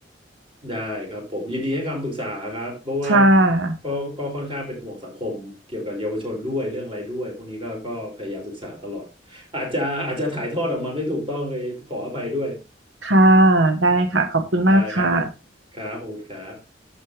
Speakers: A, on the right; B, on the right.
A: ได้ครับผมยินดีให้คำปรึกษาครับเพราะว่า
B: ค่ะ
A: ก็ก็ค่อนข้างเป็นห่วงสังคมเกี่ยวกับเยาวชนด้วยเรื่องอะไรด้วยพวกนี้ก็ก็พยายามศึกษาตลอดอาจจะอาจจะถ่ายทอดออกมาไม่ถูกต้องเลยขออภัยด้วย
B: ค่ะ ได้ค่ะ ขอบคุณมากค่ะ
A: ได้ครับครับขอบคุณครับ